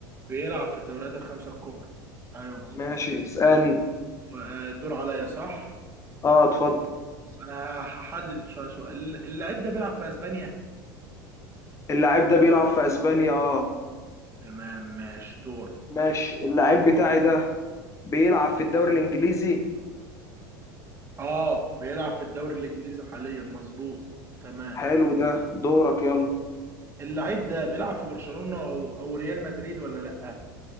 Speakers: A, on the right (about 20°); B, on the left (about 25°).
A: بيلعب في الدوريات الخمسة الكبرى ايوه مظبوط
B: ماشي اسألني
A: آه، الدور عليا صح
B: اه اتفضل
A: بس انا هحدد شوية سؤال اللاعب ده بيلعب في اسبانيا
B: اللعيب ده بيلعب في اسبانيا اه
A: تمام ماشي دور
B: ماشي اللعيب بتاعي ده بيلعب في الدوري الانجليزي
A: اه بيلعب في الدوري الانجليزي حاليا مظبوط تمام
B: حلو ده دورك يلا
A: اللعيب ده بيلعب في برشلونة او أو ريال مدريد ولا لا